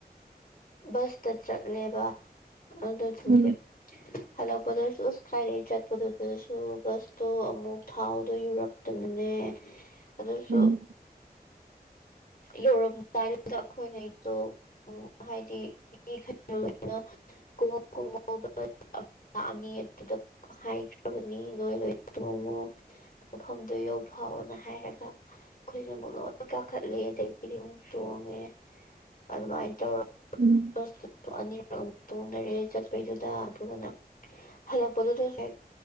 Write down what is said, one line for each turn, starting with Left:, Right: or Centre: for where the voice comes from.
Left: ꯕꯁꯇ ꯆꯠꯂꯦꯕ ꯑꯗꯣ ꯊꯒꯦ
Right: ꯎꯝ
Left: ꯍꯜꯂꯛꯄꯗꯁꯨ ꯑꯁ ꯀꯥꯏꯔꯛꯏ ꯆꯠꯄꯗꯨꯗꯁꯨ ꯕꯁꯇꯣ ꯑꯃꯨꯛ ꯊꯥꯎꯗꯣ ꯌꯨꯔꯛꯇꯅꯅꯦ ꯑꯗꯨꯁꯨ
Right: ꯎꯝ
Left: ꯌꯧꯔꯝꯗꯥꯏꯗ ꯑꯩꯈꯣꯏꯅꯗꯣ ꯍꯥꯏꯗꯤ ꯃꯤ ꯀꯃꯣ ꯀꯃꯣ ꯂꯥꯛꯑꯅꯤ ꯑꯗꯨꯗ ꯍꯥꯏꯈ꯭ꯔꯕꯅꯤ ꯅꯣꯏ ꯂꯣꯏ ꯇꯣꯡꯉꯨ ꯇꯐꯝꯗ ꯌꯣ ꯐꯥꯎꯅ ꯍꯥꯏꯔꯒ ꯑꯩꯈꯣꯏꯁꯨꯦ ꯑꯃꯨꯛ ꯂꯣꯏ ꯀꯥꯈꯠ ꯄ꯭ꯂꯦꯗꯒꯤꯗꯤ ꯑꯃꯨꯛ ꯇꯣꯡꯉꯦ ꯑꯗꯨꯃꯥꯏꯅ ꯇꯧꯔꯒ
Right: ꯎꯝ
Left: ꯑꯅꯤꯔꯛꯨ ꯇꯣꯡꯅꯔꯦ ꯆꯠꯄꯩꯗꯨꯗ ꯑꯗꯨꯒꯅ ꯍꯜꯂꯛꯄꯗꯨꯗ ꯍ